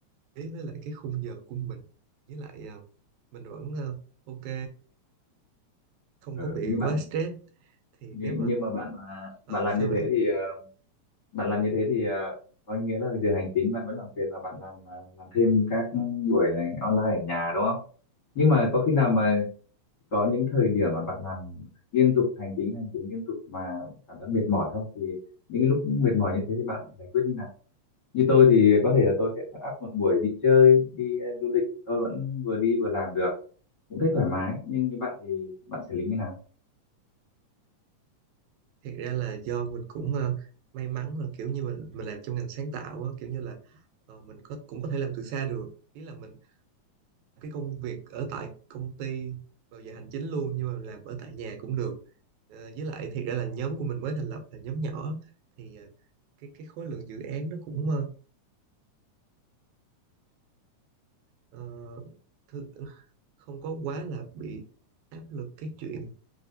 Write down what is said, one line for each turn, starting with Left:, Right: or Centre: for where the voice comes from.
Right: với lại cái khung giờ của mình với lại ờ, mình vẫn ờ, ok không
Left: ừ,
Right: có bị
Left: như
Right: quá
Left: bạn
Right: stress thì
Left: như,
Right: nếu mà
Left: nhưng mà bạn à,
Right: ờ,
Left: bạn làm như
Right: sao
Left: thế
Right: bạn
Left: thì à, bạn làm như thế thì à, có nghĩa là giờ hành chính bạn vẫn làm việc và bạn làm à, làm thêm các buổi này online ở nhà đúng không nhưng mà có khi nào mà có những thời điểm mà bạn làm liên tục hành chính hành chính liên tục mà cảm thấy mệt mỏi không thì những cái lúc mệt mỏi như thế thì bạn giải quyết như nào như tôi thì có thể là tôi sẽ set up một buổi đi chơi đi à, du lịch tôi vẫn vừa đi vừa làm được cũng thấy thoải mái nhưng như bạn thì bạn xử lý như nào
Right: thiệt ra là do mình cũng ờ, may mắn là kiểu như mình mình làm trong ngành sáng tạo á, kiểu như là ờ, mình có cũng có thể làm từ xa được ý là mình cái công việc ở tại công ty vào giờ hành chính luôn nhưng mà làm ở tại nhà cũng được Ờ, với lại thiệt ra là nhóm của mình mới thành lập là nhóm nhỏ thì ờ, cái cái khối lượng dự án nó cũng ờ, ờ, thư- không có quá là bị áp lực cái chuyện